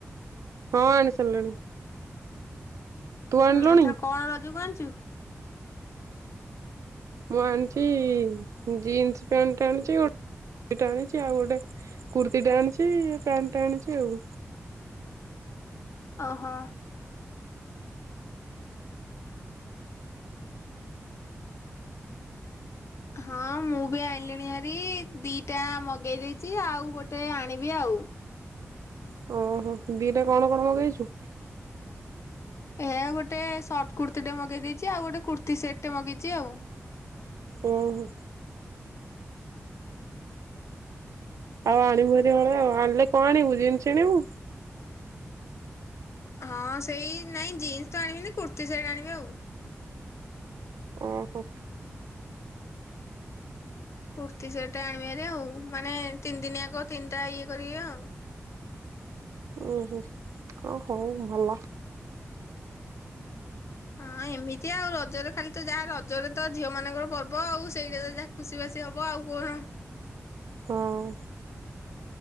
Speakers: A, on the right; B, on the left.
A: ହଁ ଆଣି ସାରିଲିଣି। ତୁ ଆଣିଲୁଣି?
B: ହୁଁ ଏଥର କଣ ରଜ କୁ ଆଣିଚୁ?
A: ମୁଁ ଆଣିଚି ଜିନ୍ସ୍ ପ୍ୟାଣ୍ଟ ଆଣିଚି ଗୋଟ୍ ଟେ ଆଣିଚି ଆଉ ଗୋଟେ କୁର୍ତ୍ତିୀ ଟେ ଆଣିଚି ପ୍ୟାଣ୍ଟ୍ ଟେ ଆଣିଚି ଆଉ।
B: ଓହୋ। ହଁ ମୁଁ ବି ଆଇଁଲିଣି ହାରି ଦି ଟା ମଗେଇ ଦେଇେଚି ଆଉ ଗୋଟେ ଆଣିବି ଆଉ।
A: ଆଉ ଓହୋ ଦି ଟା କଣ କଣ ମଗେଇଚୁ?
B: ଏ ଗୋଟେ ସର୍ଟ କୁର୍ତ୍ତି ଟେ ମଗେଇ ଦେଇଚି ଆଉ ଗୋଟେ କୁର୍ତ୍ତୀ ସେଟ୍ ଟେ ମଗେଇଚି ଆଉ।
A: ଓହୋ। ଆଉ ଆଣିବୁ ହାରି ହଳେ ଆଉ ଆଣିଲେ କଣ ଆଣିବୁ ଜିନ୍ସ୍ ଆଣିବୁ?
B: ହଁ ସେଇ ନାଇଁ ଜିନ୍ସ୍ ତ ଆଣିବିନି କୁର୍ତ୍ତୀ ସେଟ୍ ଆଣିବି ଆଉ।
A: ଓ ହୋ।
B: କୁର୍ତ୍ତୀ ସେଟ୍ ଟେ ଆଣିବି ହାରି ଆଉ ମାନେ ତିନି ଦିନିଆକ ତିନିଟା ଇଏ କରିବି ଆଉ।
A: ଉଁ- ହୁ ହଉ ଭଲ।
B: ହଁ ଏମିତି ଆଉ ରଜରେ ଖାଲି ତ ଯା ରଜରେ ତ ଝିଅ ମାନଙ୍କର ପର୍ବ ଆଉ ସେଇଟା ତ ଯା ଖୁସି ବାସି ହବ ଆଉ କଣ
A: ହଁ।